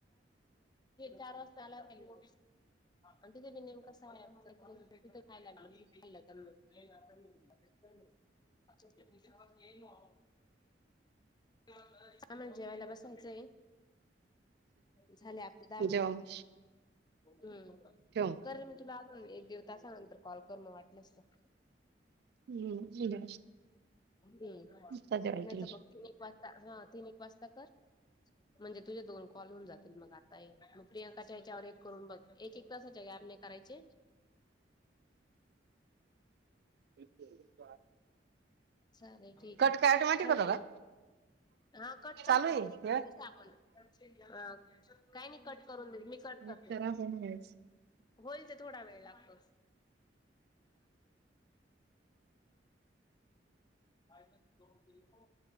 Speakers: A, on the left (about 25°); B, on the right (about 60°).
A: चार वाजता आला आणि तिथे मी नेमकस आहे <unintelligible> <unintelligible> <unintelligible> आम्हाला जेवायला बसायचंय <unintelligible> झाले आपल्या
B: जेवा
A: दहा मिनट
B: मग
A: पण हम्
B: ठेव मग.
A: कर मी तुला हां एक दीड तासा नंतर कॉल कर मग वाटलंतर
B: हम्म बर
A: हम्म
B: आता जेवायला
A: नाही
B: तुम्ही
A: तर बघ तीन एक वाजता हा तीन एक वाजता कर म्हणजे तुझ्या दोन कॉल होन जातील मग आता मग प्रियंकाच्या याच्यावर एक करून बघ एक एक तासाच्या गॅप ने करायचे
B: <unintelligible>
A: चालेल ठीक
B: कट
A: आहे
B: काय ऑटोमॅटिक
A: ठेवते
B: होतो का?
A: म हा कट करणार
B: चालू आहे हे
A: सा आपण काही नाही कट करून देेत मी कट कर
B: <unintelligible>
A: होईल तो. थोडा वेळ लागतो. मानस दो <unintelligible>